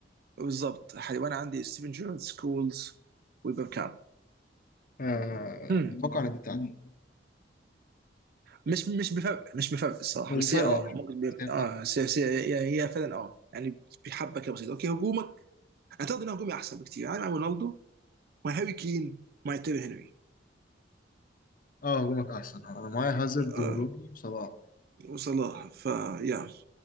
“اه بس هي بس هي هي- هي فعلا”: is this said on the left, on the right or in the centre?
Right